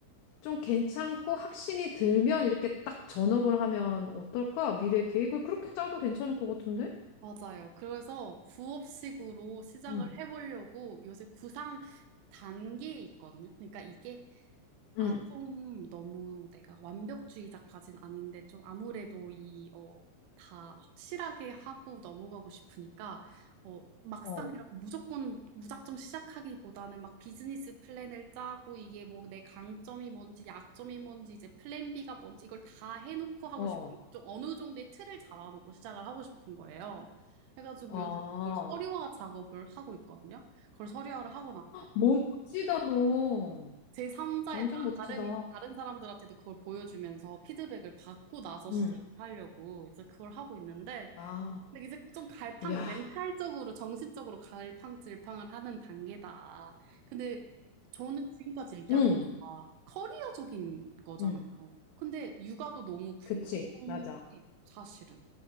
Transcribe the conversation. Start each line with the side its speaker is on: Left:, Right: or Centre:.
Left: 좀 괜찮고 확신이 들면 이렇게 딱 전업을 하면 어떨까? 미래 계획을 그렇게 짜도 괜찮을 것 같은데?
Right: 맞아요. 그래서 부업식으로 시작을
Left: 응,
Right: 해보려고 요새 구상 단계에 있거든요. 그러니까 이게 아,
Left: 응,
Right: 좀 너무 내가 완벽주의자까진 아닌데 좀 아무래도 이, 어, 다 확실하게 하고 넘어가고 싶으니까 어, 막상
Left: 어,
Right: 이렇게 무조건 무작정 시작하기보다는 막 비즈니스 플랜을 짜고 이게 뭐 내 강점이 뭔지 약점이 뭔지 이제 플랜 B가 뭔지 이걸 다 해놓고 하고
Left: 어,
Right: 싶은 좀 어느 정도의 틀을 잡아놓고 시작을 하고 싶은 거예요. 해가지고
Left: 어.
Right: 요새 그걸 서류화 작업을 하고 있거든요. 그걸 서류화를 하고 나면
Left: 멋지다, 너.
Right: 제3자의
Left: 완전
Right: 나
Left: 멋지다.
Right: 다른 다른 사람들한테도 그걸 보여주면서 피드백을 받고 나서 시작을
Left: 응,
Right: 하려고 이제 그걸 하고 있는데
Left: 아,
Right: 근데 이제 좀 갈팡
Left: 야,
Right: 멘탈적으로 정신적으로 갈팡질팡을 하는 단계다. 근데 저는 지금까지 얘기한
Left: 응,
Right: 거가 커리어적인 거잖아요.
Left: 응,
Right: 근데 육아도 너무 궁금해
Left: 그치, 맞아.
Right: 사실은.